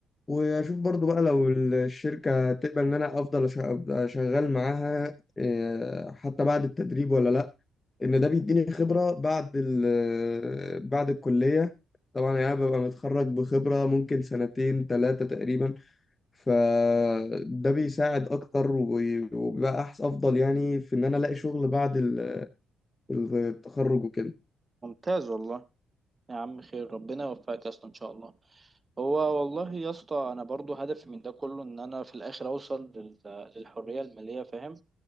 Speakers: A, on the left; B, on the right.
A: واشوف برضو بقى لو الشركه هتقبل ان انا افضل أش- أبقى شغال معاها آه، حتى بعد التدريب ولا لا ان ده بيديني خبرة بعد ال بعد الكلية طبعا يعني أنا ببقى متخرج بخبرة ممكن سنتين ثلاثة تقريبا فده بيساعد أكتر وبي- وبيبقى أحسن أفضل يعني في إن أنا ألاقي شغل بعد ال- التخرج وكده
B: ممتاز والله يا عم خير ربنا يوفقك أصلا إن شاء الله هو والله يا اسطى انا برضو هدفي من ده كله ان انا في الاخر اوصل لل- للحريه الماليه فاهم